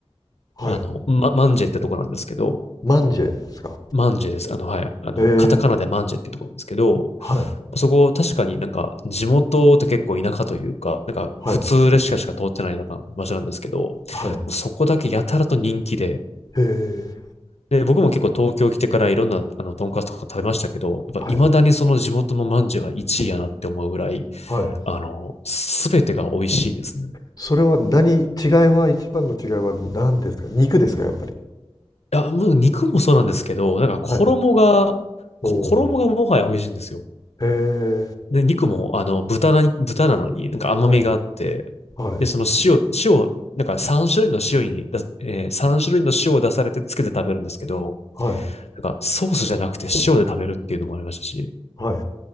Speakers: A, on the left (about 35°); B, on the left (about 75°).
A: はい。
B: あの、ま、マンジェってとこなんですけど、
A: マンジェですか。
B: マンジェです。あの、はい。あの、
A: へえ。
B: カタカナでマンジェっていうところなんですけど、
A: はい。
B: そこ確かになんか地元って結構田舎というか、なんか普通列車しか通ってないような場所なんですけど、
A: はい。
B: も
A: はい。へ
B: うそこだけやたらと人気で、
A: え。
B: で、僕も結構東京来てからいろんなあの、トンカツとか食べましたけど、やっぱ未だにその地元のまんじゅうが1位やなって思うぐらい、
A: はい。はい。
B: あの、すべてが美味しいですね。
A: それは何、違いは、一番の違いは何ですか肉ですか、やっぱり。
B: いや、もう肉もそうなんですけど、なんか衣が、
A: はい。
B: こ衣がもはや美味しいんですよ。
A: おお。へえ。
B: で、肉も、あの、豚な、豚なのに、なんか甘みがあって、
A: はい。はい。
B: で、その塩、塩、なんか3種類の塩にだ、えー、3種類の塩を出されてつけて食べるんですけど、
A: はい。
B: なんかソースじゃなくて塩で食べるっていうのもありましたし、
A: はい。